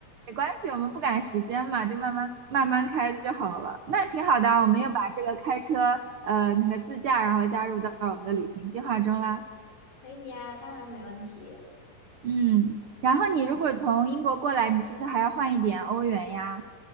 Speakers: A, on the right (about 80°); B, on the left (about 80°).
A: 没关系，我们不赶时间嘛，就慢慢慢慢开就好了。那挺好的啊，
B: 嗯，
A: 我们又把这个开车，呃，那个自驾，然后加入到我们的旅行计划中啦。
B: 可以呀，当然没问题。
A: 嗯，然后你如果从英国过来，你是不是还要换一点欧元呀？